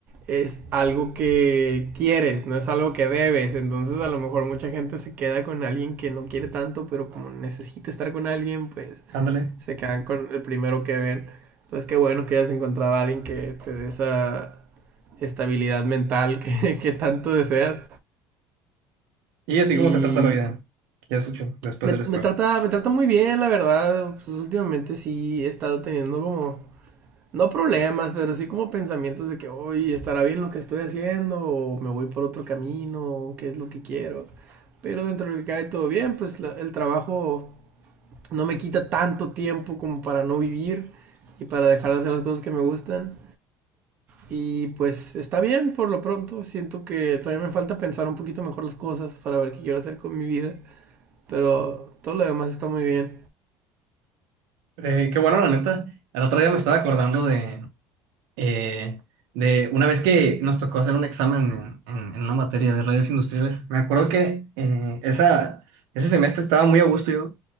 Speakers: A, on the right; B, on the right.
A: es algo que quieres, no es algo que debes. Entonces a lo mejor mucha gente se queda con alguien que no quiere tanto, pero como necesita estar con alguien, pues
B: Ándale.
A: se quedan con el primero que ven. Entonces qué bueno que hayas encontrado a alguien que te dé esa estabilidad mental que, <laughs> que tanto deseas.
B: ¿Y a ti
A: Y
B: cómo te trata la vida? ¿Qué has hecho después
A: Me,
B: de la escuela?
A: me trata, me trata muy bien, la verdad. Pues últimamente sí he estado teniendo como, no problemas, pero sí como pensamientos de que, hoy estará bien lo que estoy haciendo, o me voy por otro camino, o qué es lo que quiero. Pero dentro de lo que cae todo bien, pues la- el trabajo no me quita tanto tiempo como para no vivir y para dejar de hacer las cosas que me gustan. Y pues está bien por lo pronto. Siento que todavía me falta pensar un poquito mejor las cosas para ver qué quiero hacer con mi vida. Pero todo lo demás está muy bien.
B: Eh, qué bueno, la neta. El otro día me estaba acordando de, eh, de una vez que nos tocó hacer un examen en, en- en una materia de redes industriales. Me acuerdo que eh, esa, ese semestre estaba muy a gusto yo,